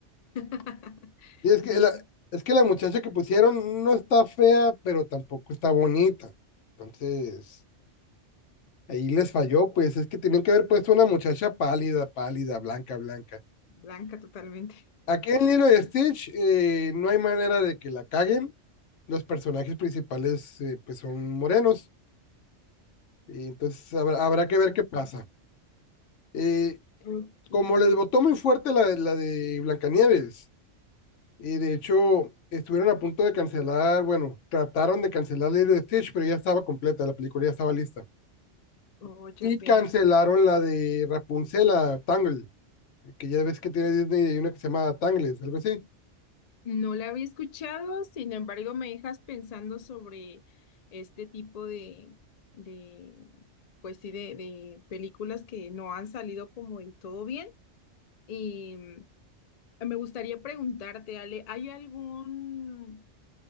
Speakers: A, on the left; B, on the left.
A: <laughs>
B: Y es que
A: Bien.
B: la, es que la muchacha que pusieron no está fea, pero tampoco está bonita. Entonces, ahí les falló, pues es que tenían que haber puesto una muchacha pálida, pálida, blanca, blanca.
A: Blanca totalmente.
B: Aquí en Lilo y Stitch eh, no hay manera de que la caguen. Los personajes principales eh, pues son morenos. Y entonces habrá, habrá que ver
A: Entonces,
B: qué pasa. Eh,
A: ok.
B: como les votó muy fuerte la, la de Blancanieves, Y de hecho, estuvieron a punto de cancelar, bueno, trataron de cancelar Lilo y Stitch, pero ya estaba completa, la película ya estaba lista.
A: Oh, ya
B: Y
A: veo.
B: cancelaron la de Rapunzel, la Tangle, que ya ves que tiene Disney y una que se llama Tangles, algo así.
A: No la había escuchado, sin embargo, me dejas pensando sobre este tipo de, de pues sí, de, de películas que no han salido como del todo bien. Y mm, me gustaría preguntarte, Ale, ¿hay algún